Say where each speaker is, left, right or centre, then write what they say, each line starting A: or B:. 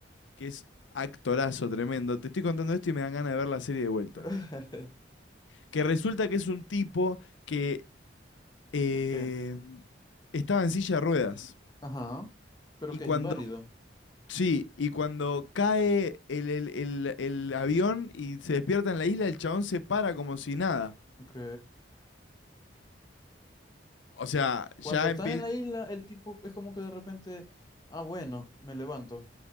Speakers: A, on the left; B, on the left.
A: que es actorazo tremendo. Te estoy contando esto y me dan ganas de ver la serie de vuelta.
B: <laughs>
A: Que resulta que es un tipo que eh,
B: Es que.
A: estaba en silla de ruedas.
B: Ajá. Pero
A: Y
B: que
A: cuando,
B: es inválido.
A: sí, y cuando cae el, el- el- el avión y se despierta en la isla, el chabón se para como si nada.
B: Ok.
A: O sea, ya
B: Cuando están
A: empieza...
B: en la isla, el tipo es como que de repente. Ah, bueno, me levanto.